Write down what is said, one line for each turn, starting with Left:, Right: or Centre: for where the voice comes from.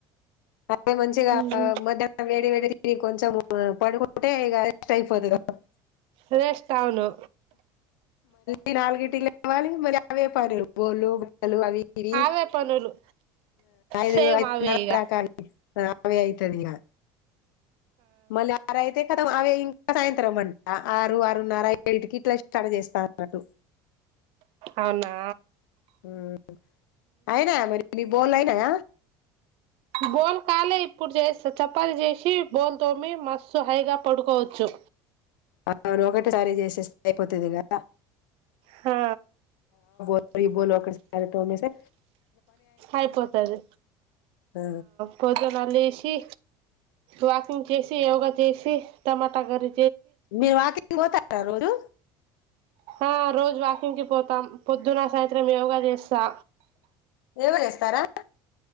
Left: అదే మంచిగా
Right: ఉహు
Left: మధ్యాహ్నం వేడి వేడి ఇ కొంచెం పడుకుంటే ఇగ అరెస్ట్ అయిపోతున్నం
Right: ప్రే ష్టటౌను
Left: ఈ నాలుగుంటి లేవాలి మళ్ళీ అవే పరుగులు బోళ్ళలు బట్టలు అవి రి
Right: అవే పనులు
Left: ఐదు
Right: సేమ్
Left: ఐదునరా
Right: అవే ఇగ
Left: దాకా అవే అయితది ఇంగ మళ్ళ ఆ రాయితే కతం అవే ఇన్ ఇ సాయంత్రం మంట ఆరు ఆరున్నర ఎయిట్ కి ఇట్లా స్టార్ట్ చేస్తాన్నరు
Right: అవునా
Left: హ్మ్ అయినాయ మరి మీ బొల్లు అయినాయ
Right: బోల్ కాలే ఇప్పుడు చేస్త చపాతి చేసి బోల్ తోమి మస్తు హైగా పడుకోవచ్చు
Left: అవును ఒకటిసారి చేసేస్తే అయిపోతదిగద
Right: హా
Left: బొల్లు ఒక్కటి తొమేస్తే
Right: ఆయిపోతది
Left: ఆ.
Right: పోదు లేసి వాకింగ్ చేసి యోగా చేసి టమాటా గరి
Left: మీరు వాకింగ్ పోతారా రోజు
Right: ఆ రోజు వాకింగ్కి పోతాం పొద్దున సాయంత్రం యోగా చేస్తా
Left: యోగ చేస్తారా